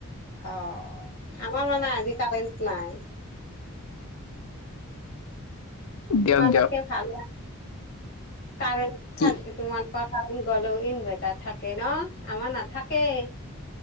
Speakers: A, on the left; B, on the left.
A: অ', আমাৰ মানে আজি কাৰেণ্ট নাই
B: দিয়ক
A: তোমালোকে,
B: দিয়ক
A: ভাল কাৰেণ
B: কি
A: <unintelligible> তোমাল কাৰেণ্ট গ'লে ইনভাৰ্টাৰ থাকে ন, আমাৰ নাথাকেই